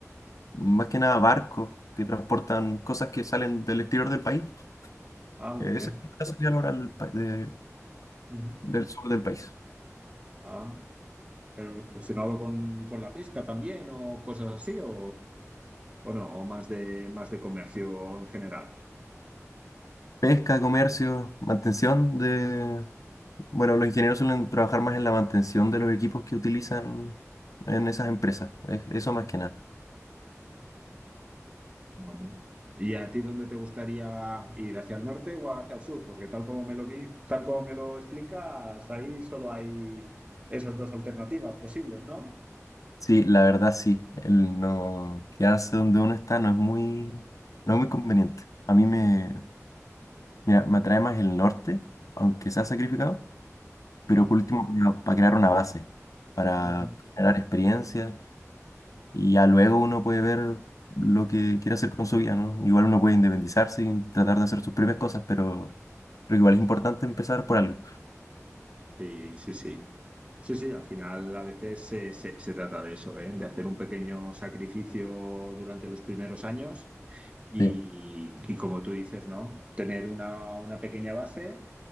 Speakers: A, on the left; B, on the right.
A: más que nada barcos que transportan cosas que salen del exterior del país.
B: Ah, muy
A: Eh, Esa
B: bien.
A: es la salida laboral del, pa- de-
B: Ujú.
A: del sur del país.
B: Ah, pero relacionado con, con la pesca también o cosas así, o, o no, o más de, más de comercio en general.
A: Pesca, comercio, mantención de Bueno, los ingenieros suelen trabajar más en la mantención de los equipos que utilizan en esas empresas. Es- Eso
B: Ujú.
A: más que nada.
B: Bueno. ¿Y a ti dónde te gustaría ir? ¿Hacia el norte o hacia el sur? Porque tal como me lo vi, tal como me lo explicas, ahí solo hay esas dos alternativas posibles, ¿no?
A: Sí, la verdad sí. El no quedarse donde uno está no es muy, no es muy conveniente. A mí me, mira, me atrae más el norte, aunque sea sacrificado,
B: Ya.
A: pero por último para, crear una base, para
B: Ujú.
A: generar experiencia y ya luego uno puede ver lo que quiere hacer con su vida, ¿no? Igual uno puede independizarse y tratar de hacer sus propias cosas, pero pero igual es importante empezar por algo.
B: Sí, sí, sí. Sí, sí, al final a veces se, se- se trata de eso, ¿eh? De hacer un pequeño sacrificio durante los primeros años y,
A: Sí.
B: y como tú dices, ¿no? Tener una, una pequeña base